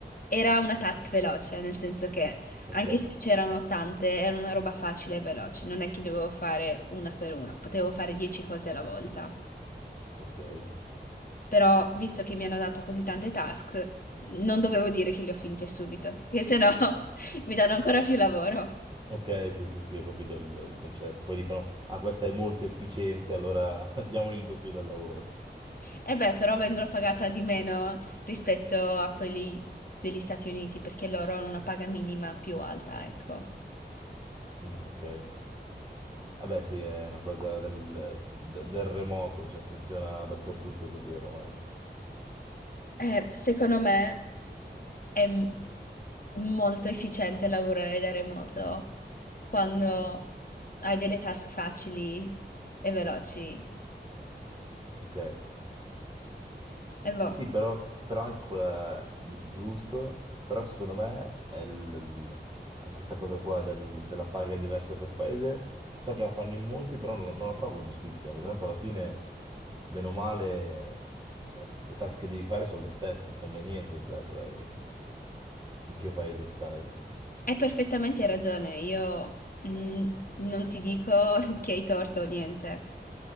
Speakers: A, on the left (about 50°); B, on the right (about 25°).
A: era una task veloce, nel senso che
B: Ok,
A: anche se c'erano tante, era una roba facile e veloce, non è che dovevo fare una per una, potevo fare dieci cose alla volta.
B: ok,
A: Però, visto che mi hanno dato così tante task, non dovevo dire che le ho finte subito, che sennò <laughs> mi danno ancora più lavoro.
B: ok, sì, sì, sì, ho capito il, il concetto. Poi dicono, ah, questa è molto efficiente, allora <laughs> diamogli il doppio del lavoro.
A: E beh, però vengono pagata di meno rispetto a quelli degli Stati Uniti, perché loro hanno una paga minima più alta, ecco.
B: Mm, ok. Vabbè, sì, è una cosa del, de- del remoto, cioè funziona dappertutto così ormai.
A: Eh, secondo me è m- molto efficiente lavorare da remoto quando hai delle task facili e veloci.
B: Ok.
A: E boh,
B: Sì, però, però anche quella giu- giusto, però secondo me è il- anche questa cosa qua del- della paga diversa per paese, so che la fanno in molti, però non, la non la trovo giustissima, perché tanto alla fine, bene o male, cioè, le task che devi fare sono le stesse, non cambia niente dato che- in che paese stai,
A: hai perfettamente ragione, io mm, non ti dico <laughs> che hai torto o niente.